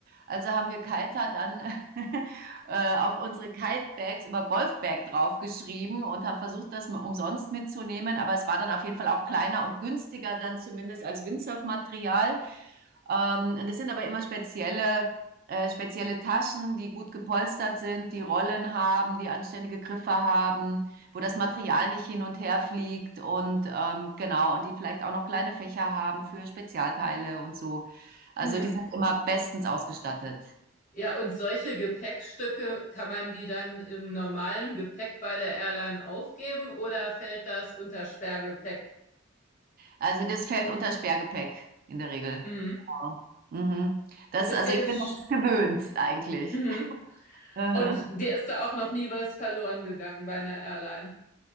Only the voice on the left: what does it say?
Mhm.
Ja, und solche Gepäckstücke, kann man die dann im normalen Gepäck bei der Airline aufgeben oder fällt das unter Sperrgepäck?
Mhm.
Ist
dir,
sch-
mhm.
Und dir ist da auch noch nie was verloren gegangen bei einer Airline